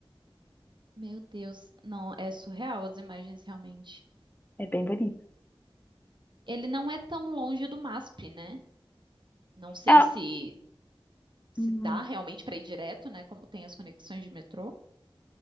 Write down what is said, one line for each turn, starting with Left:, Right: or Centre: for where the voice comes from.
Right: Meu Deus, não, é surreal as imagens, realmente.
Left: É bem bonito.
Right: Ele não é tão longe do MASP, né? Não sei
Left: É,
Right: se se
Left: hum,
Right: dá realmente pra ir direto, né? Como tem as conexões de metrô.